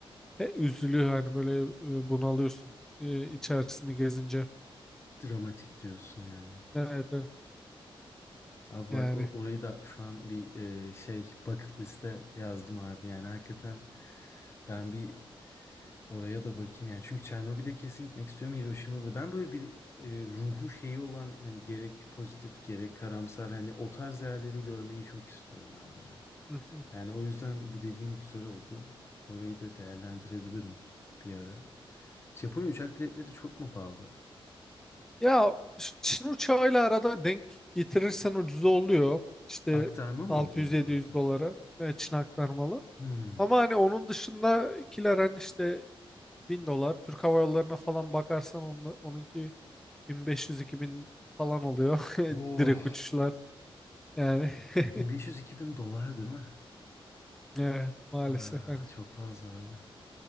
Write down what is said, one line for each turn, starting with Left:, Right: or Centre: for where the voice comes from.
Centre: E, üzülüyor hani böyle e, bunalıyorsun e, içerisini gezince.
Left: Dramatik diyorsun yani.
Centre: Evet, evet.
Left: Abi
Centre: yani.
Left: bak o- orayı da şu an bir e, şey bucket liste yazdım abi yani hakikaten ben bir Oraya da bakayım yani. Çünkü Çernobil'e kesin gitmek istiyorum. Hiroşima'da. Ben böyle bir e, ruhu şeyi olan hani gerek pozitif gerek karamsar hani o tarz yerleri görmeyi çok istiyorum abi ya.
Centre: Hı hı.
Left: Yani o yüzden bu dediğin güzel oldu. Orayı da değerlendirebilirim bir ara. Japonya uçak biletleri çok mu pahalı?
Centre: Ya ş- Çin uçağıyla arada denk getirirsen ucuz oluyor. İşte
Left: Aktarma mı
Centre: 600-700
Left: oluyor orada?
Centre: dolara e, Çin aktarmalı.
Left: Hmm.
Centre: Ama hani onun dışındakiler hani işte 1000 dolar. Türk Hava Yolları'na falan bakarsan onunla, onunki 1500-2000 falan oluyor.
Left: Oh.
Centre: <laughs> Direkt uçuşlar yani. <laughs>
Left: 1500-2000 dolar değil mi?
Centre: Evet, maalesef
Left: Aa,
Centre: hani
Left: çok fazla abi.